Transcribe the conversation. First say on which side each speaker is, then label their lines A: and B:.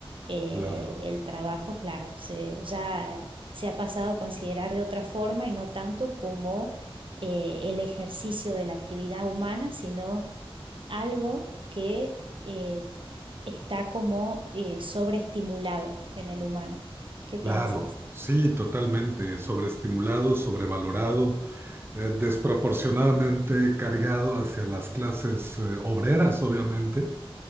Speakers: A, on the right; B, on the right.
A: eh,
B: claro,
A: el trabajo, claro, se, ya se ha pasado a considerar de otra forma y no tanto como eh, el ejercicio de la actividad humana, sino algo que eh, está como eh, sobreestimulado en el humano. ¿Qué piensas?
B: claro. Sí, totalmente. Sobreestimulado, sobrevalorado eh, desproporcionadamente cargado hacia las clases eh, obreras, obviamente.